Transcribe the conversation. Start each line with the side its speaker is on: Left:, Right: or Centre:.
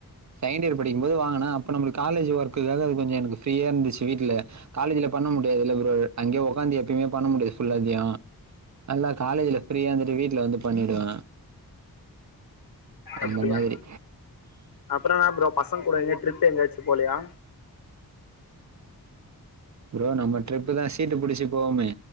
Right: செகண்ட் இயர் படிக்கும்போது வாங்னே அப்ப நம்ளுக்கு காலேஜ் ஒர்க்குக்காக அது கொஞ்சோ எனக்கு ஃப்ரீயாந்துச்சு வீட்ல காலேஜ்ல பண்ண முடியாதுல்ல ப்ரோ அங்கே ஒக்காந்து எப்பயுமே பண்ண முடியாது ஃபுல்லாத்தியு நல்லா காலேஜ்ல ஃப்ரீயாருந்துட்டு வீட்ல வந்து பண்ணிடுவே அந்த
Left: அப்டியா
Right: மாத்ரி
Left: அப்றோ என்னா ப்ரோ பசங் கூட எங்கியு ட்ரிப் எங்கயாச்சு போலயா
Right: ப்ரோ நம்ம ட்ரிப்பு தா சீட்டு புடிச்சி போவோமே